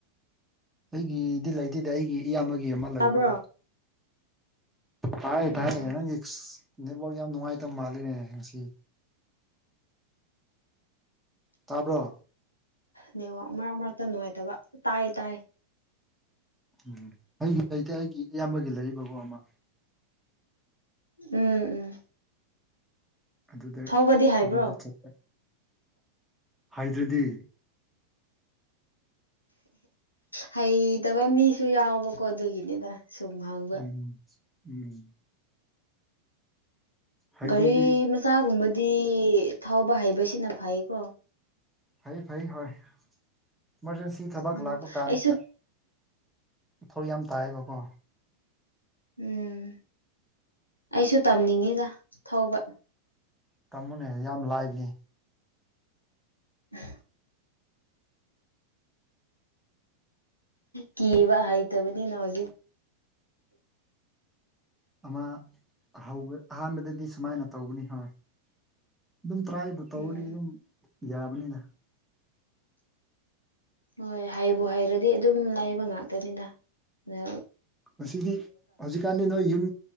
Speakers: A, in the centre; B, on the left.
A: ꯑꯩꯒꯤꯗꯤ ꯂꯩꯇꯦꯗ ꯑꯩꯒꯤ ꯏꯌꯥꯝꯕꯒꯤ ꯑꯃ ꯂꯩꯕꯀꯣ
B: ꯇꯥꯕ꯭ꯔꯣ
A: ꯇꯥꯏ
B: ꯎꯝ
A: ꯇꯌꯦ ꯅꯪ ꯅꯣꯜ ꯌꯥꯝ ꯅꯨꯡꯉꯥꯏꯇꯕ ꯃꯥꯜꯂꯤꯅꯦ ꯉꯁꯤ ꯇꯥꯕ꯭ꯔꯣ
B: ꯅ ꯃꯔꯛ ꯃꯔꯛꯇ ꯅꯨꯡꯉꯥꯏꯇꯕ ꯇꯥꯏ ꯇꯥꯏ
A: ꯎꯝ ꯑꯩꯒꯤ ꯂꯩꯇꯦ ꯑꯩꯒꯤ ꯏꯌꯥꯝꯕꯒꯤ ꯂꯩꯔꯤꯕꯒꯣ ꯑꯃ
B: ꯎꯝ ꯎꯝ
A: ꯑꯗꯨꯗ
B: ꯊꯧꯕꯗꯤ ꯍꯩꯕ꯭ꯔꯣ
A: ꯑꯗꯨꯗ ꯆꯠꯄ ꯍꯥꯏꯗ꯭ꯔꯗꯤ
B: ꯍꯩꯇꯕ ꯃꯤꯁꯨ ꯌꯥꯎꯕꯀꯣ ꯑꯗꯨꯒꯤꯅꯤꯗ ꯁꯨꯝ ꯍꯥꯡꯕ
A: ꯎꯝ ꯎꯝ ꯍꯩꯇ꯭ꯔꯗꯤ
B: ꯒꯥꯔꯤ ꯃꯆꯥꯒꯨꯝꯕꯗꯤ ꯊꯥꯎꯕ ꯍꯩꯕꯁꯤꯅ ꯐꯩꯀꯣ
A: ꯐꯩ ꯐꯩ ꯍꯣꯏ ꯏꯃꯥꯔꯖꯦꯟꯁꯤ ꯊꯕꯛ
B: ꯎꯝ
A: ꯂꯥꯛꯄ ꯀꯥꯟꯗ
B: ꯑꯩꯁꯨ
A: ꯐꯧ ꯌꯥꯝ ꯇꯥꯏꯌꯦꯕꯀꯣ
B: ꯎꯝ ꯑꯩꯁꯨ ꯇꯝꯅꯤꯡꯉꯤꯗ ꯊꯧꯕ
A: ꯇꯃꯣꯅꯦ ꯌꯥꯝ ꯂꯥꯏꯕꯅꯦ
B: ꯎ ꯀꯤꯕ ꯍꯩꯇꯕꯅꯤ ꯅꯎꯖꯤ
A: ꯑꯃ ꯑꯍꯥꯟꯕꯗꯗꯤ ꯁꯨꯃꯥꯏꯅ ꯇꯧꯕꯅꯤ ꯍꯣꯏ ꯑꯗꯨꯝ ꯇ꯭ꯔꯥꯏꯕꯨ ꯇꯧꯗꯤ
B: ꯎꯝ
A: ꯑꯗꯨꯝ ꯌꯥꯕꯅꯤꯅ
B: ꯍꯣꯏ ꯍꯥꯏꯕꯨ ꯍꯥꯏꯔꯗꯤ ꯑꯗꯨꯝ ꯂꯥꯏꯕ ꯉꯥꯛꯇꯅꯤꯅ ꯑ
A: ꯃꯁꯤꯗꯤ ꯍꯧꯖꯤꯛꯀꯥꯟꯗꯤ ꯅꯣꯏ ꯌꯨꯝ